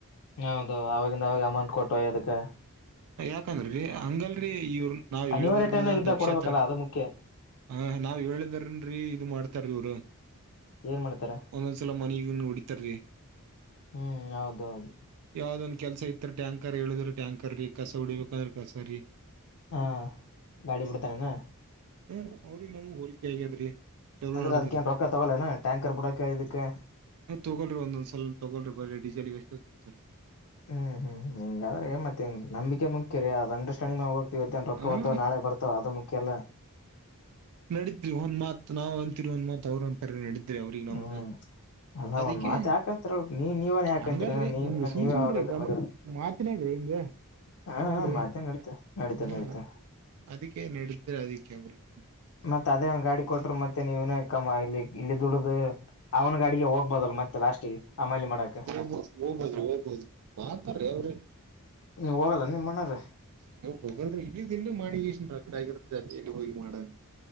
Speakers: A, on the left; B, on the right.
A: ಹೌದು ಅವವಾಗಿಂದ ಅವಾಗ ಅಮೌಂಟ್ ಕೊಟ್ಟುವ ಅದಕ್ಕೆ
B: ಯಾಕಂದಿ ಹಂಗಲ್ರರಿ ಇವ್ರ ನಾವ್
A: ಅನಿವಾರ್ಯ
B: ಹೇಳಿದಿರ್ನ
A: ಟೈಮ್ನಾಗ ಇದ್ದಾಗ
B: ದಕ್ಷ
A: ಕೊಡ್ಬೇಕಲ್ಲ
B: ತರ
A: ಅದು ಮುಖ್ಯ
B: ಹಾ ನಾವ್ ಹೇಳಿದಾರನ್ೀ ಇದು ಮಾಡ್ತಾರವರು
A: ಏನ್ ಮಾಡ್ತಾರೆ
B: ಒಂದೊಂದ್ಸಲ ಮನವಿ ಹೊಡಿತಾರ
A: ಹ್ಮ್ ಹೌದೌದು
B: ಯಾವ್ದೊಂದ ಕೆಲಸ ಇತ್ ಟ್ಯಾಂರ್ ಹೇಳಿದ್ರೆ ಟ್ಯಾಂರ್ ರರಿ ಕಸ ಉಡಿಬೇಕಂದ್ರೆ ಕಸ ರೀ
A: ಹಾ ಗಾಡಿ ಬಡ್ತಾನೆನಾ
B: ಹ ಅವ್ರಿಗೆ ನಮಗ್ ಹೋಲಿಕೆ ಆಗ್ಯಾದ್ರಿ ಚಲ
A: ಅಂದ್ರೆ
B: ನಡದ್ರಿ
A: ಅದಕ್ಕೇನ್ ರೊಕ್ಕ ತಗೊಲೇನ ಟ್ಯಾಂಕರ್ ಬಿಡಕ ಇದಕ್ಕೆ
B: ತಗಳ್ರಿ ಒಂದೊಂದ್ಸಲ ತಗೊಳರಿ ಬರಿ ಡೀಸೆಲ್ಗೆ ಎಷ್ಟು ತೊತ ರರಿ
A: ಹ್ಮ್ ಹ್ಮ್ ಹಿಂಗ್ರೆ ಮತ್ತೆಂಗ ನಂಬಿಕೆ ಮುಖ್ಯ ರರಿ ಅ್ ಅಂಡರ್ಸ್ಟಂಡಂಗ್ಗ ಹೋಗತಿವತ್ತ ರೊಕ್ಕ
B: ಹಾ
A: ಹೊ ನಾಳೆ ಬರ್ತಾವ ಅದು ಮುಖ್ಯಲ್ಲ
B: ನಡೀತ್್ರಿ ಒಂದ್ ಮಾತ್ ನಾವ್ ಅಂತೀರಿ ಒಂದ್ ಮಾತ್ ಅವ್ರ ಅಂತ ಅವ ನಮಗೆ
A: ಹ್ಮ್ ಅಲ್ಲ
B: ಅದಕ್ಕೆ
A: ಒಂದ್ ಮಾತ್ ಯಾಕಂತರ ನೀ ನೀವನ್ ಯಾಕಂತೀರಿ
B: ಹಂಗ್ರ
A: ನೀ
B: ಇ್ ಸು್
A: ನೀವೇ
B: ಸುಂ್ರೆ
A: ಅವ್ರ ಇದ್ರ
B: ಗ
A: ಮಗ
B: ಮಾತಿನ ಈ
A: ಹಾ
B: ಅನಲ್ರರಿ
A: ಮಾತೆ ನಡೀತಾ ನಡೀತಾ
B: ಹ
A: ನಡೀತಾ
B: ಅದಕ್ಕೆ ನಡಿದ್ರ ಅದಕ್ಕೆ ಅವ್ರಿ
A: ಮತ್ತತ್ ಅದೇ ಗಾಡಿ ಕೊಟರು ಮತ್ತೆ ನೀವನ ಕಮ್ಮ ಇಲ್ಲಿ ಇಲ್ಲಿ ದುಡದು ಅವ್ನ್ ಗಾಡಿಗೆ ಹೋಗ್ಬೋದಲ್ ಮತ್ತೆ ಲಾಸ್ಟಗೆ ಅಮಲಿ ಮಾಡಕ್
B: ಹ ಹೋಗ್ಬೋದು ಹೋಗ್ಬೋದುತ್ರೇ
A: ನೀವ್ ಹೋಗಲ್ಲ ನಿಮ್ಮಣ್ಣಾರ
B: ನೀ ಹೋಗಲ್ರಿ ಇಲ್ಲಿಗೆ ಎಲ್ಲ ಮಾಡಿ ಇಷ್ಟನ್ ರಕಡೆ ಆಗಿರುತ್ತೆ ಅ ಎಲ್ಲಿ ಹ ಮಾಡ